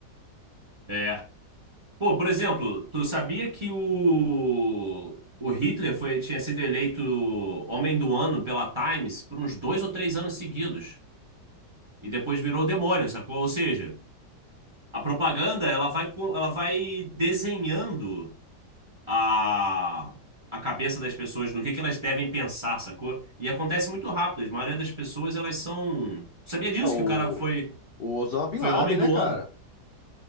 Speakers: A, on the right; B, on the left.
A: é. Pô, por exemplo, tu sabia que o o Hitler foi tinha sido eleito homem do ano pela Times por uns dois ou três anos seguidos e depois virou demônio, sacou? Ou seja A propaganda, ela vai com, ela vai desenhando a, a cabeça das pessoas no que que elas devem pensar, sacou? E acontece muito rápido. A maioria das pessoas, elas são... Sabia disso
B: É, o,
A: que o cara foi
B: o Osama Bin
A: foi
B: Laden,
A: homem do
B: né, cara?
A: ano?